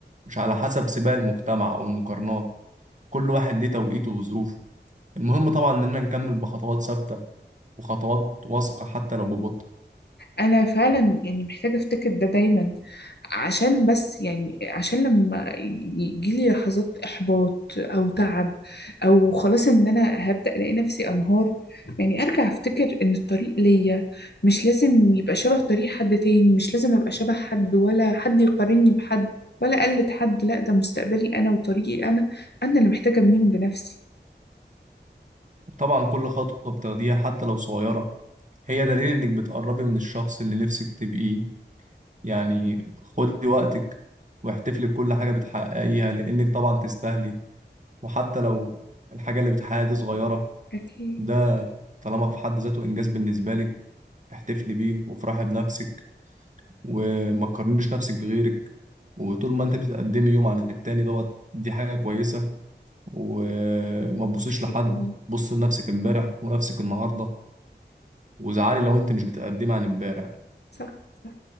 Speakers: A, on the right (about 40°); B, on the left (about 65°).
A: مش على حسب سباق المجتمع أو المقارنات كل واحد ليه توقيته وظروفه المهم طبعا إننا نكمل بخطوات ثابتة وخطوات واثقة حتى لو ببطء
B: انا فعلا يعني محتاجه افتكر ده دايما عشان بس يعني عشان لما يجيلي لحظات احباط او تعب او خلاص ان انا هبدا الاقي نفسي انهار يعني ارجع افتكر ان الطريق ليا مش لازم يبقى شبه طريق حد تاني مش لازم ابقى شبه حد ولا حد يقارني بحد ولا اقلد حد لا ده مستقبلي انا وطريقي انا انا اللي محتاجه ابنيهم بنفسي
A: وطبعا كل خطوة بتاخديها حتى لو صغيرة هي دليل إنك بتقربي من الشخص اللي نفسك تبقيه يعني خدي وقتك واحتفلي بكل حاجة بتحققيها لأنك طبعا تستاهلي وحتى لو الحاجة اللي بتحققها دي صغيرة
B: اكيد
A: ده طالما في حد ذاته إنجاز بالنسبة لك احتفلي بيه وافرحي بنفسك وما تقارنيش نفسك بغيرك وطول ما انت بتتقدمي يوم عن التاني دوت دي حاجة كويسة وما تبصيش
B: اكيد
A: لحد
B: والله.
A: بص لنفسك امبارح ونفسك النهاردة وزعلي لو انت مش بتقدمي عن امبارح
B: صح صح